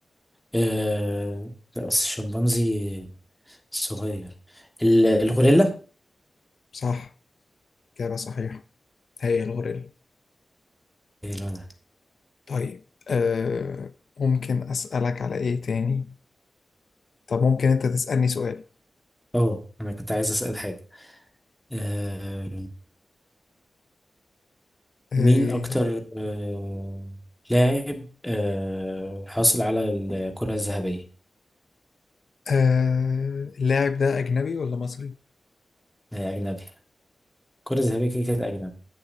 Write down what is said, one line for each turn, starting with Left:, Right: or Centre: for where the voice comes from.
Centre: آه لا بس الشمبانزي صغير ال- الغوريلا
Left: صح إجابة صحيحة هي الغوريلا
Centre: إيه لونها
Left: طيب آه ممكن أسألك على إيه تاني طب ممكن انت تسألني سؤال
Centre: اه انا كنت عايز أسأل حاجة آه
Left: آه
Centre: مين اكتر آه لاعب آه حاصل على الكرة الذهبية
Left: آه اللاعب ده اجنبي ولا مصري
Centre: آه، أجنبي الكرة الذهبية كده كده أجنبي